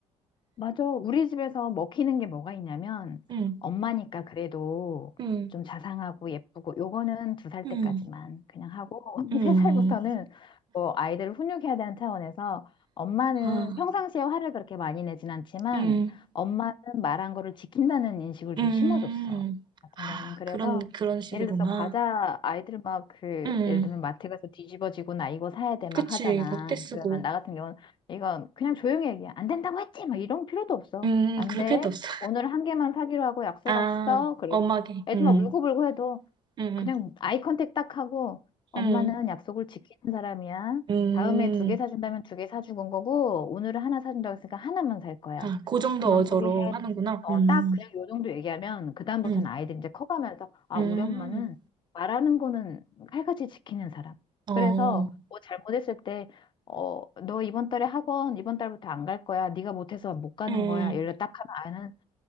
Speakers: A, on the left; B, on the right.
A: 맞아. 우리 집에서 먹히는 게 뭐가 있냐면,
B: 응,
A: 엄마니까 그래도
B: 응,
A: 좀 자상하고 예쁘고, 요거는 두 살
B: 응,
A: 때까지만 그냥 하고, <laughs>
B: 응,
A: 세 살부터는 뭐 아이들을 훈육해야 되는 차원에서, 엄마는
B: 아,
A: 평상시에 화를 그렇게 많이 내진 않지만,
B: 응,
A: 엄마는 말한 거를 지킨다는 인식을 좀
B: 응.
A: 심어줬어. 같은
B: 아,
A: 경우는. 그래서,
B: 그런 그런 식으로만.
A: 예를 들어서 과자, 아이들 막 그,
B: 응,
A: 예를 들면 마트 가서 뒤집어지고 나 이거 사야 돼 막
B: 그치.
A: 하잖아.
B: 이거 떼 쓰고.
A: 그러면 나 같은 경우는 이건 그냥 조용히 얘기해. 안 된다고 했지? 막 이런 필요도 없어.
B: 음,
A: 안
B: 그렇게
A: 돼.
B: 해도 없어.
A: 오늘 한 개만 사기로 하고 약속
B: 아,
A: 왔어 그리고
B: 엄하게.
A: 애들
B: 응,
A: 막 울고불고 해도
B: 응,
A: 그냥 아이 컨택 딱 하고 엄마는
B: 응,
A: 약속을 지키는 사람이야.
B: 응.
A: 다음에 두 개 사준다면 두 개사는 거고 오늘은 하나 사준다고 했으니까 하나만 살 거야.
B: 아, 그 정도
A: 그만
B: 어조로
A: 포기해.
B: 하는구나.
A: 어,
B: 음.
A: 딱 그냥 요 정도 얘기하면 그다음부터는
B: 응,
A: 아이들이 이제 커가면서 아,
B: 음,
A: 우리 엄마는 말하는 거는 칼같이 지키는 사람.
B: 어,
A: 그래서 뭐 잘못했을 때 어, 너 이번 달에 학원 이번 달부터 안 갈 거야. 네가 못해서 못 가는
B: 음,
A: 거야. 이래 딱 하면 아이는